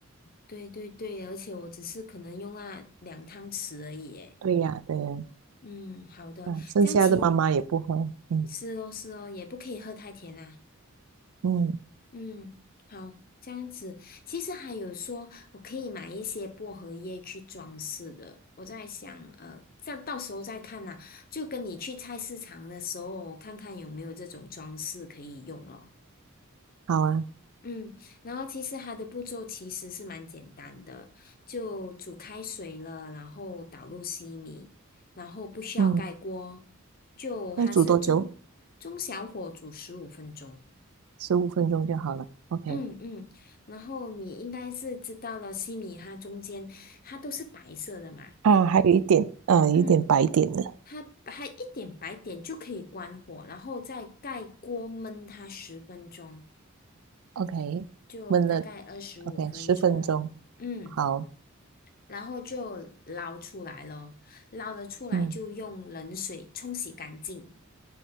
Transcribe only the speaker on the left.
对对对，而且我只是可能用那两汤匙而已耶。
嗯，好的，
这样其
是哦，是哦，也不可以喝太甜啦。
嗯，好，这样子。其实还有说，我可以买一些薄荷叶去装饰的。我在想，呃，再到时候再看呐。就跟你去菜市场的时候，看看有没有这种装饰可以用咯。
嗯，然后其实它的步骤其实是蛮简单的，就煮开水了，然后倒入西米，然后不需要盖锅，
就它是中中小火煮十五分钟。
嗯嗯，然后你应该是知道了，西米它中间它都是白色的嘛，
嗯，它它一点白点就可以关火，然后再盖锅焖它十分钟，
就大概二十五分钟，
嗯，
然后就捞出来了，捞了出来就用冷水冲洗干净，